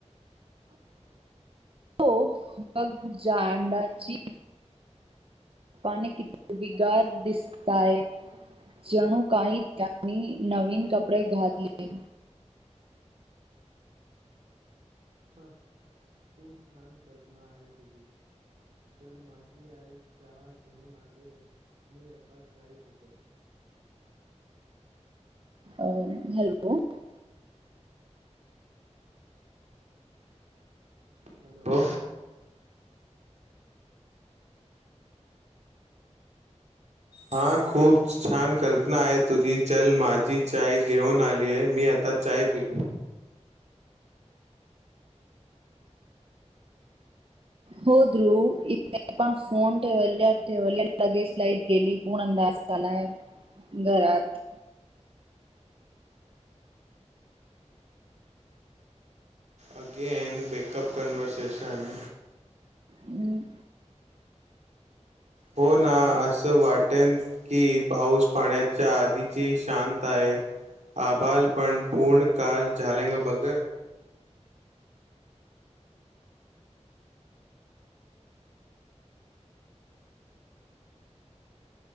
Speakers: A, on the right; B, on the right.
A: हो मग जाण्याची पाने किती हिरवी गार दिसतायत. जनु काही त्यांनी नवीन कपडे घातले.
B: खूप छान कल्पना आहे तुझी. तर माझी आई चहा घेऊन आलीय मी आता चाय पितो.
A: अ हॅलो.
B: हॅलो. हा खूप छान कल्पना आहे तुझी, चल माझी चाय घेऊन आलीय मी आता चाय पितो.
A: हो ध्रुव इथ पण फोन ठेवल्या ठेवल्या लगेज लाईट गेली पूर्ण अंदार झालाय घरात.
B: अगेन बेकअप कनवर्हर्सेेशन
A: हम्म.
B: हो ना असं वाटेन की पाऊस पाण्याच्या आधीची शांत आहे. आभाल पण पूर्ण काल झाले ग बघ.